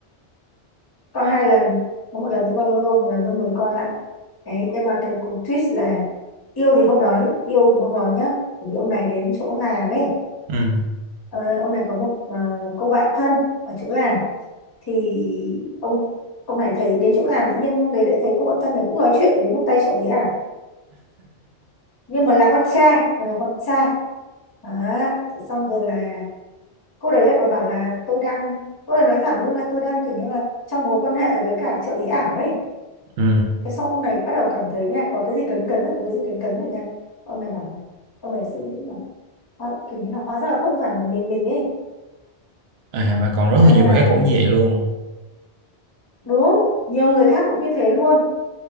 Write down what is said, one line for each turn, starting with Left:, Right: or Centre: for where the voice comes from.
Left: Có hai lần có một lần tôi coi lâu lâu một lần tôi mới coi lại đấy nhưng mà cái cú twist là yêu thì không nói yêu thì không nói nhá bởi vì ông này đến chỗ làm ấy
Right: ừ
Left: ờ, ông này có một ờ, cô bạn thân ở chỗ làm thì ông ông này thấy đến chỗ làm tự nhiên ông đấy lại thấy cô bạn thân này cũng nói chuyện với một tay trợ lý ảo nhưng mà là con trai mà là con trai đó thế xong rồi là cô đấy lại còn bảo là tôi đang cô ấy nói thẳng luôn là tôi đang kiểu như là trong mối quan hệ với cả trợ lý ảo ấy
Right: ừ
Left: thế xong ông này bắt đầu cảm thấy nha có cái gì cấn cấn rồi có cái gì cấn cấn rồi nha ông này bảo là- ông này suy nghĩ là hóa, kiểu như là hóa ra là không phải một mình mình ấy
Right: à mà còn rất
Left: à
Right: là nhiều bài khác cũng như vậy luôn
Left: đúng nhiều người khác cũng như thế luôn